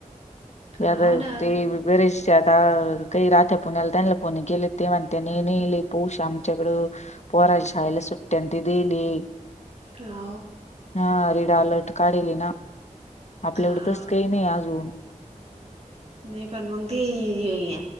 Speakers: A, on the right (about 50°); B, on the left (about 55°).
A: हाव
B: आता
A: ना
B: ते बरे आता काही राहत्या पुण्याला त्यांना फोन केले ते म्हणत्यात लय पाऊस आहे आमच्याकडं पोराच्या शाळेला सुट्ट्या ते दिले
A: होव
B: हा रेड आलर्ट काढिले ना आपल्याकडे
A: हा
B: तस काही नाही अजून
A: नाही पण मग ते